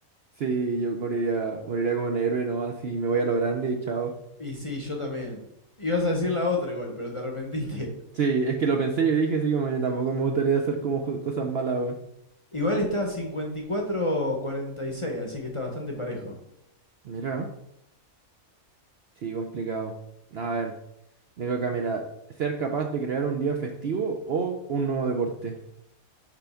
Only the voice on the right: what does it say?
sí, yo moriría, moriría como un héroe nomás y me voy a lo grande y chao.
Sí, es que lo pensé y dije, sí, como yo tampoco me gustaría hacer como jo- cosas malas, weón.
Mira, sí, complicado. A ver, tengo acá, mira, ser capaz de crear un día festivo o un nuevo deporte.